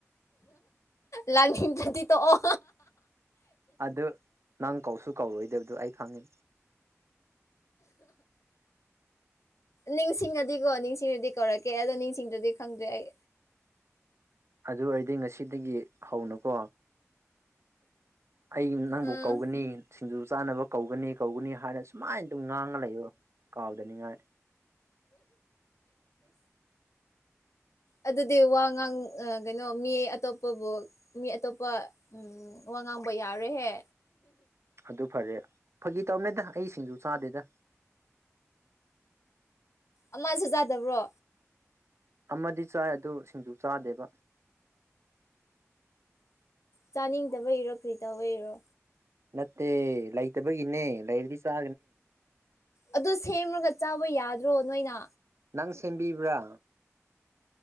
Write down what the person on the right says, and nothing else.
ꯑꯗꯨ ꯅꯪ ꯀꯧꯁꯨ ꯀꯧꯔꯣꯏꯗꯕꯗꯣ ꯑꯩ ꯈꯪꯉꯤ
ꯑꯗꯨ ꯑꯣꯏꯔꯗꯤ ꯉꯁꯤꯗꯒꯤ ꯍꯧꯅꯀꯣ ꯑꯩ ꯅꯪꯕꯨ
ꯀꯧꯒꯅꯤ ꯁꯤꯡꯖꯨ ꯆꯥꯅꯕ ꯀꯧꯒꯅꯤ ꯀꯧꯒꯅꯤ ꯍꯥꯏꯅꯁꯨ ꯃꯥꯏꯅ ꯑꯗꯨꯝ ꯉꯥꯡꯉ ꯂꯩꯌꯣ ꯀꯥꯎꯗꯅꯤꯡꯉꯥꯏ
ꯑꯗꯨ ꯐꯔꯦ ꯐꯥꯒꯤ ꯇꯧꯃꯦꯗ ꯑꯩ ꯁꯤꯡꯖꯨ ꯆꯥꯗꯦꯗ
ꯑꯃꯗꯤ ꯆꯥꯏ ꯑꯗꯨ ꯁꯤꯡꯖꯨ ꯆꯥꯗꯦꯕ
ꯅꯠꯇꯦ ꯂꯩꯇꯕꯒꯤ ꯏꯅꯦ ꯂꯩꯔꯗꯤ ꯆꯥ
ꯅꯪ ꯁꯦꯝꯕꯤꯕ꯭ꯔꯥ